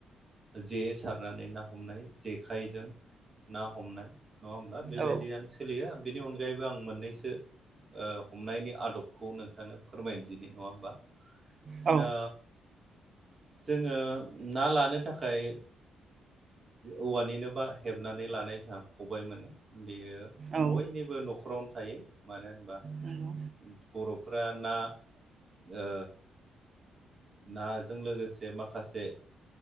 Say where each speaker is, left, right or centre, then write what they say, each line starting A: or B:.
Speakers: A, on the right (about 20°); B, on the right (about 35°).
A: जे सारनानै ना हमनाय जेखाइजों ना हमनाय नङा होमब्ला। बेबायदियानो
B: औ
A: सोलियो बेनि अनगायैबो आं मोननैसो ओ हमनायनि आदबखौ नोंथांनो फोरमायनोदिनि नङा होमबा?
B: औ
A: दा जोङो ना लानो थाखाय औवानिनो बा हेबनानै लानाय जोंहा खबाय मोनो बेयो
B: औ
A: बयनिबो न'खरावनो थायो मानो होनबा
B: नंगौ
A: बर'फोरा ना ओ नाजों लोगोसे माखासे